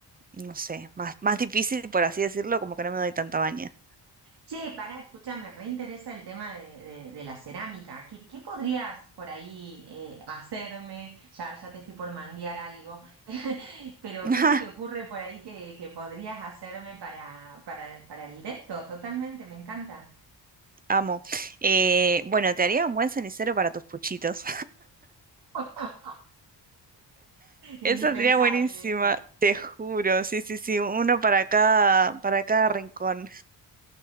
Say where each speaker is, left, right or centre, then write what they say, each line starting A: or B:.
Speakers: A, on the right (about 20°); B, on the right (about 65°).
A: no sé, más, más difícil, por así decirlo, como que no me doy tanta baña.
B: Che, pará, escúchame, reinteresa el tema de, de- de la cerámica. ¿Qué, qué podrías por ahí eh, hacerme? Ya, ya te estoy por manguear algo, <laughs> pero
A: <laughs>
B: ¿qué se te ocurre por ahí que, que podrías hacerme para, para, para el depto? Totalmente, me encanta.
A: Amo. Eh, bueno, te haría un buen cenicero para tus puchitos.
B: <laughs> Indispensable
A: Esa sería buenísima,
B: eso.
A: te juro. Sí, sí, sí, uno para cada, para cada rincón.